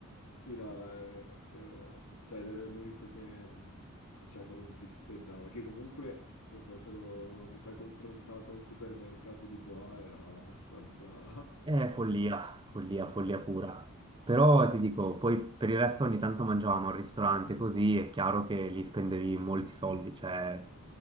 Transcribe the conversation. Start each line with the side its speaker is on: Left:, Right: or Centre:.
Left: Sì, no, eh, ero, cioè, ero l'unico che, mh, diciamo, non ti spendava, che comunque, non so se lo, mi sa confrontato a un supermercato di qua, era abbastanza...
Right: È follia, follia, follia pura. Però ti dico, poi per il resto ogni tanto mangiavamo al ristorante così è chiaro che lì spendevi molti soldi, cioè